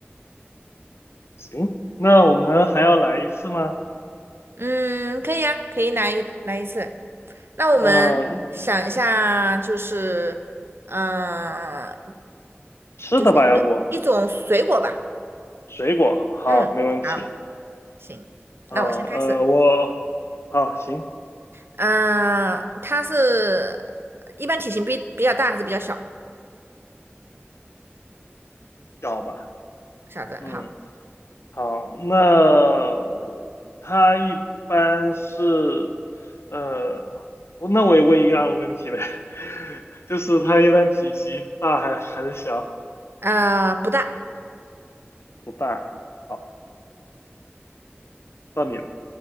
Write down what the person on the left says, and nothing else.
<laughs> 行，那我们还要来一次吗？
嗯，
吃的吧，
要不水果，好，
没问题。
嗯呃，
我好行，
小吧，
嗯，
好，那他一般是呃，我那我也问一样的问题呗，<laughs> 就是他一般体积大还还是小？
不大。好，到你了。